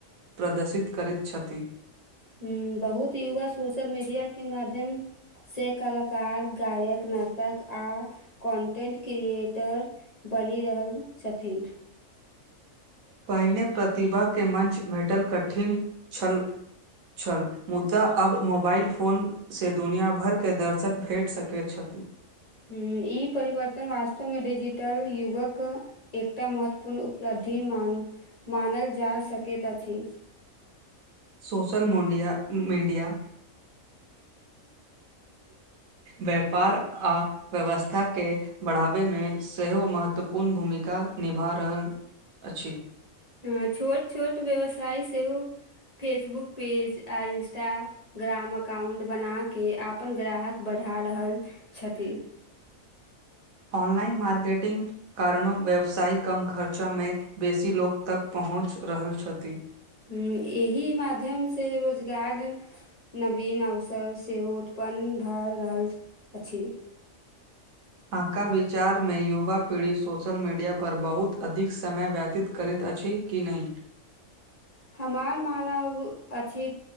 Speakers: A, on the right; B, on the left.
A: प्रदर्शित करैत छथि
B: हूंअ् बहुत युवा सोशल मीडिया के माध्यम से कलाकार गायक नर्तक आ कॉन्टेंट क्रिएटर बनि रहल छथि
A: पहिने प्रतिभाके मञ्च भेटल कठिन छल छल मुद्दा अब मोबाइल फोनसे दुनिया भर के दर्शक भेट सकैत छथि
B: हूं ई परिवर्तन वास्तव मे डिजिटल युगक एकटा महत्वपूर्ण उपलब्धि मान मानल जा सकैत अछि <inaudible>
A: सोशल मडिया मीडिया व्यापार आ व्यवस्था के बढ़ाबैमे सेहो महत्वपूर्ण भूमिका निभा रहल अछि
B: हँअ् छोट छोट व्यवसाय सेहो फेसबुक पेज आ इंस्टाग्राम अकाउंट बनाके अपन ग्राहक बच बढ़ा रहल छथि
A: ऑनलाइन मार्केटिंग कारणो व्यवसायिक कम खर्चा मे बेसी लोक तक पहुँच पहुँच रहल छथि
B: ह एहि माध्यम से रोजगार नवीन अवसर सेहो उत्प पन्न भए रहल अछि
A: आका विचार मे युवा पीढ़ी सोशल मीडिया पर बहुत अधिक समय व्यतीत करैत अछि कि नहि
B: हमार मानव अछि